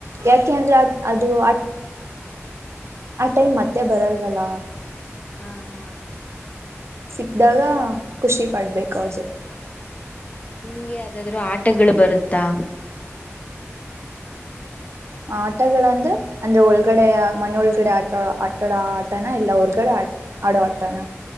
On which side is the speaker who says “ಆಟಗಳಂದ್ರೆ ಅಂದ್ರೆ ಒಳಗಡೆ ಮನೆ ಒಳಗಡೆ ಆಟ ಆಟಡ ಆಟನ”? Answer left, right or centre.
Right